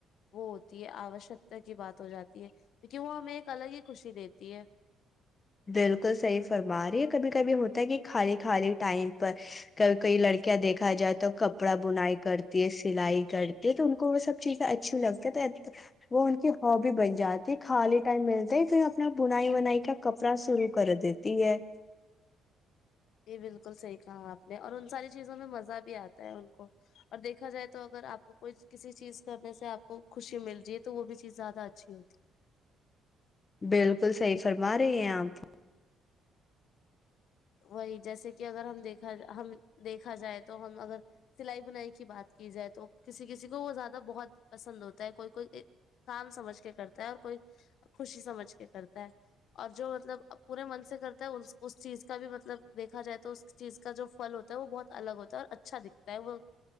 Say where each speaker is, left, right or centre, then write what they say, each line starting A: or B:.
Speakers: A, on the left; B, on the left.
A: وہ ہوتی ہے آوشکتا کی بات ہو جاتی ہے کیکہ وہ ہمیں ایک الگ ہی خوشی دیتی ہے
B: بالکل صحیح فرما رہی ہے کبھی کبھی ہوتا ہے کہ خالی خالی ٹائم پر کبھی کئی لڑکیاں دیکھا جات تو کپڑا بنائی کرتی ہے سلائی کرتے تو ان کو وہ سب چیزیں اچھی لگتی ہے تو وہ ان کی ہابی بن جاتی خالی ٹائم ملتا ہے اپنا بنائی وائی کا کپڑا سرو کر دیتی تی ہیں
A: یہ بالکل صحیح کہا آپ نے اور ان ساری چیزوں میں مزہ بھی آتا ہے ان کو اور دیکھا جائے تو اگر آپ کو کوئی کسی چیز کرنے سے آپ کو خوشی مل رہی ہے تو وہ بھی چیز زیادہ اچھی ہوتی
B: بالکل صحیح فرما رہے ہیں آپ
A: وہی جیسے کہ اگر ہم دیکھا ہم دیکھا جائے تو ہم اگر سلائی بنائی کی بات کی جائے تو کسی کسی کو وہ زیادہ بہت پسند ہوتا ہے کوئی کوئی کام سمجھ کے کرتا ہے اور کوئی خوشی سمجھ کے کرتا ہے اور جو مطلب پورے من سے کرتا ہے اس چیز کا بھی مطلب دیکھا جائے تو اس چیز کا جو فل ہوتا ہے وہ بہت الگ ہوتا ہے اور اچھا دکھتا ہے وہ